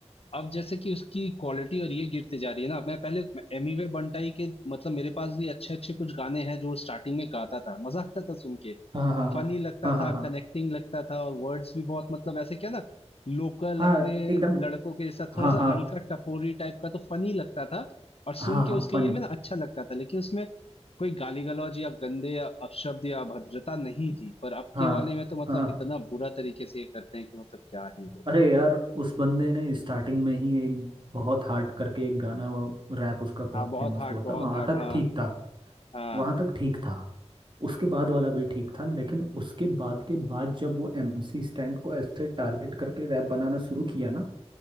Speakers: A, on the left; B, on the right.
A: अब जैसे कि उसकी क्वालिटी और ये गिरती जा रही है ना मैं पहले एमिवे बंटाई के मतलब मेरे पास भी अच्छे अच्छे कुछ गाने हैं जो स्टार्टिंग में गाता था मजा आता था सुन के
B: हाँ हाँ हाँ
A: फनी लगता
B: हाँ हाँ
A: था
B: हाँ
A: कनेक्टिंग लगता था और वर्ड्स भी बहुत मतलब ऐसे क्या ना लोकल
B: हाँ
A: अपने
B: हाँ एकदम
A: लड़कों के साथ थोड़ा
B: हाँ
A: सा
B: हाँ
A: हल्का टपोरी टाइप का तो फनी लगता था और सुन
B: हाँ
A: के
B: हाँ
A: उसके
B: फनी
A: ये में ना अच्छा लगता था लेकिन उसमें कोई गाली गलौज या गंदे या अपशब्द या अभद्रता नहीं थी पर अब
B: हाँ
A: के वाले में तो मतलब
B: हाँ
A: इतना बुरा तरीके से ये करते हैं कि मतलब क्या ही बोलूं
B: अरे यार उस बंदे ने स्टार्टिंग में ही एक बहुत हार्ड करके एक गाना रैप उसका बहुत
A: हाँ बहुत
B: फेमस
A: हार्ड
B: हुआ
A: बहुत
B: था वहां
A: हार्ड
B: तक
A: हाँ
B: ठीक था
A: हाँ
B: वहां तक ठीक था उसके बाद वाला भी ठीक था लेकिन उसके बाद के बाद जब वो एमसी स्टैंड को ऐसे टारगेट करके रैप बनाना शुरू किया ना